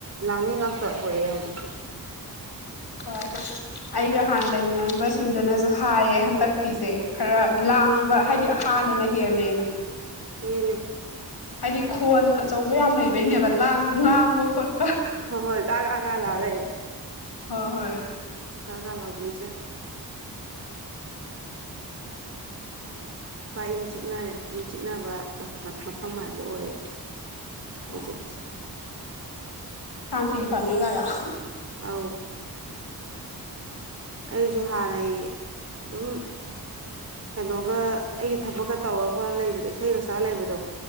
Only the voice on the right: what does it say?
ꯂꯥꯡꯅꯤ ꯉꯥꯛꯇ ꯄꯑꯦ ꯍꯧꯖꯤꯛꯁ
ꯍꯦꯜꯂꯦ
ꯍ ꯍꯣꯏ ꯇꯒꯥꯒꯥ ꯂꯔꯦ
ꯀꯀꯥ ꯀꯥ ꯂꯥꯎꯕꯤꯗ꯭ꯔꯦ ꯄꯨꯔ ꯏꯪ ꯆꯤꯛꯅꯔꯦ ꯏꯪ ꯆꯤꯛꯅꯕ ꯃꯐꯝ ꯍꯥꯏꯕꯗꯣ ꯑꯣꯏꯔꯦ ꯍꯧꯖꯤꯛ
ꯑꯥꯎ ꯑꯩꯁꯨ ꯍꯥꯟꯅꯩ ꯑꯗꯨꯝ ꯀꯩꯅꯣꯒ ꯑꯩꯒꯤ ꯊꯕꯛꯀ ꯇꯧꯔ ꯈꯣꯠꯂ ꯂꯩꯕ ꯑꯗꯨꯗ ꯏꯁꯩꯒꯁꯥ ꯂꯩꯕꯗꯣ